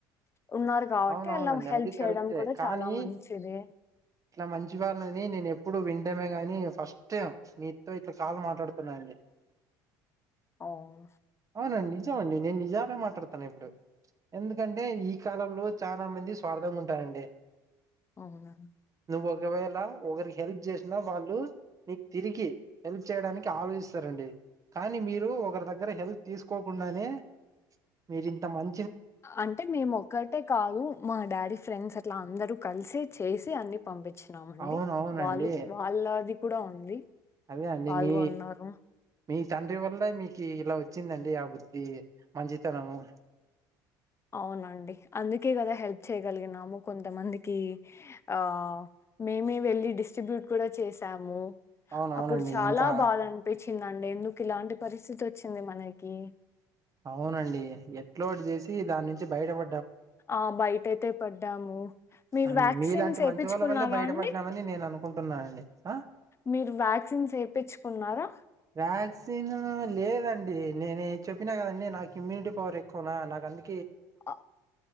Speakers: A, on the left; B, on the right.
A: ఉన్నారు కాబట్టి
B: అవునవునండి
A: అలా హెల్ప్
B: అది కరెక్టే
A: చేయడం కూడ
B: కానీ
A: చాలా మంచిది
B: ఇట్లా మంచి వాళ్ళని నేను ఎప్పుడు విఃటమే గాని ఫస్ట్ టైం మీతో ఇట్లా కాల్ మాట్లాడుతున్నానండి
A: అవును
B: అవునండి నిజమండి నేను నిజాలే మాట్లాడుతాను ఎప్పుడు ఎందుకంటే ఈ కాలంలో చాలా మంది స్వార్థంగా ఉంటారండి
A: అవునా
B: నువ్వు ఒకవేళ ఒకరికి హెల్ప్ జేసినా వాళ్ళు మీకు తిరిగి హెల్ప్ చేయడానికి ఆలోచిస్తారండి కానీ మీరు ఒకరి దగ్గర హెల్ప్ తీసుకోకుండానే మీరి ఇంత మం
A: అంటే మేము ఒక్కటే కాదు మా డాడీ ఫ్రెండ్స్ అట్లా అందరు కలిసి చేసి అన్ని పంపి చ్చినామండి
B: అవును అవునండి.
A: వాళ్ళు వాళ్ళది కూడ ఉంది
B: అదే అండి
A: పాల్గొన్నారు
B: మీ.. మీ తండ్రి వల్ల మీకి ఇలా వచ్చిందండి ఆ బుద్ధి మంచితనము
A: అవునండి అందుకే కదా హెల్ప్ చేయగలిగినాము కొంతమందికి ఆ.. మేమే వెళ్ళి డిస్ స్ట్రిబ్యూట్ కూడా చేసాము
B: అవునవునండి.
A: అప్పుడు చాలా
B: ఇంకా
A: బాధ అనిపిచ్చి అండి ఎందుకు ఇలాంటి పరిస్థితి వచ్చింది మనకి
B: అవునండి ఎట్లోటి చేసి దాని నుంచి బయటప
A: ఆ బయటయితే పడ్డాము మీరు
B: అండి
A: వ్యాక్సిన్స్
B: మీలాంటి మంచి
A: ఏపించుకున్నారా
B: వాళ్ళ వల్లే బయటపడ్డామని
A: అండి
B: నేను అనుకుంటున్నానండి ఆ
A: మీరు వ్యాక్సిన్స్ ఏపించు కున్నారా
B: వ్యాక్సిన్ లేదండి నేనే చెప్పినా కదండి నాకు ఇమ్యూనిటీ పవర్ ఎక్కువనా నాకు అందు
A: ఆ